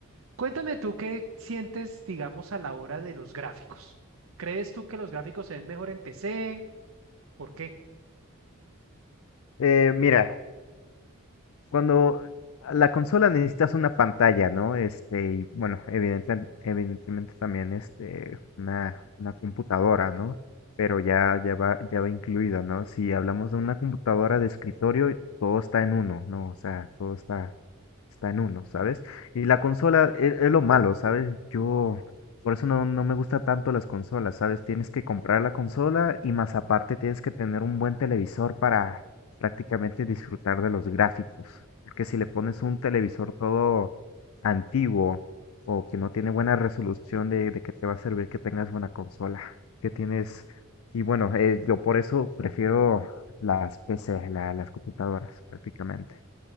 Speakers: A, on the right; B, on the left.
A: Cuéntame tú qué sientes, digamos, a la hora de los gráficos. ¿Crees tú que los gráficos se ven mejor en PC? ¿Por qué?
B: Eh, mira, Cuando a la consola necesitas una pantalla, ¿no? Este, y bueno, evidenten- evidentemente también este, una, una computadora, ¿no? Pero ya, ya va, ya va incluido, ¿no? Si hablamos de una computadora de escritorio, todo está en uno, ¿no? O sea, todo está, está en uno, ¿sabes? Y la consola es, es lo malo, ¿sabes? Yo, por eso no, no me gusta tanto las consolas, ¿sabes? Tienes que comprar la consola y más aparte tienes que tener un buen televisor para, prácticamente disfrutar de los gráficos. Porque si le pones un televisor todo antiguo o que no tiene buena resolución, de, de que te va a servir que tengas buena consola, que tienes... Y bueno, eh, yo por eso prefiero las PC, la- las computadoras prácticamente.